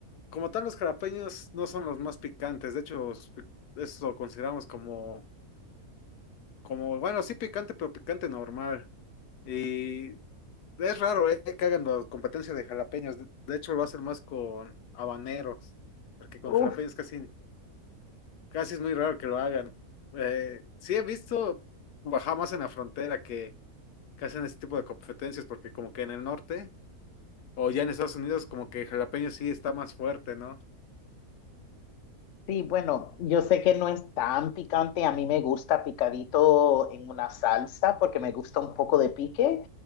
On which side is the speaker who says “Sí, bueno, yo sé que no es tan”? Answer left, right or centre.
Left